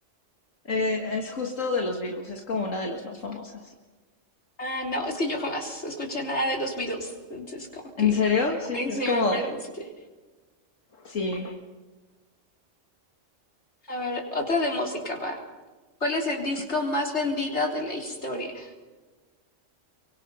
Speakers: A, on the left; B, on the left.
A: Eh, es justo de los Beatles, es como una de las más famosas.
B: Ah, no, es que yo jamás escuché nada de los Beatles, entonces como
A: ¿En
B: que
A: serio? Sí,
B: ahí
A: es
B: sí me
A: como...
B: perdiste.
A: Sí,
B: A ver, otra de música va. ¿Cuál es el disco
A: ok.
B: más vendido de la historia?